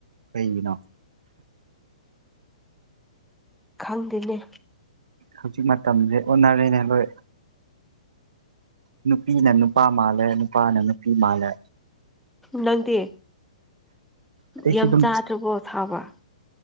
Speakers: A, on the right; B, in the centre.
A: ꯀꯩꯒꯤꯅꯣ
B: ꯈꯪꯗꯦꯅꯦ
A: ꯍꯧꯖꯤꯛ ꯃꯇꯝꯖꯦ ꯑꯣꯟꯅꯔꯦꯅꯦ ꯂꯣꯏ ꯅꯨꯄꯤꯅ ꯅꯨꯄꯥ ꯃꯥꯜꯂꯦ ꯅꯨꯄꯥꯅ ꯅꯨꯄꯤ ꯃꯥꯜꯂꯦ
B: ꯅꯪꯗꯤ
A: ꯑꯩꯁꯨ
B: ꯌꯥꯝ
A: ꯑꯗꯨꯝ
B: ꯆꯥꯗ꯭ꯔꯕꯣ ꯑꯁꯥꯕ